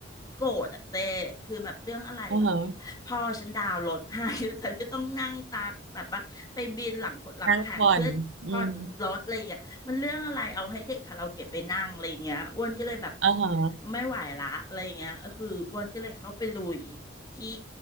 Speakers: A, on the left (about 20°); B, on the right (about 75°).
A: โกรธอะเจคือแบบเรื่องอะไรแบบพพ่อฉันดาวน์รถให้
B: อ่าฮะ
A: <laughs> แล้วฉันก็ต้องนั่งตากแบบว่าไปบินหลังขดหลังแข็งเพื่อผ่อนรถอะไรอย่างเงี้ยมันเรื่องอะไรเอาให้เด็กคาราโอเกะไปนั่งอะไรอย่างเงี้ยอ้วนก็เลยแบบ
B: นั่งผ่อนอืมอ่าฮะ
A: ไม่ไหวละอะไรอย่างเงี้ยคืออ้วนก็เลยเข้าไปลุย ที่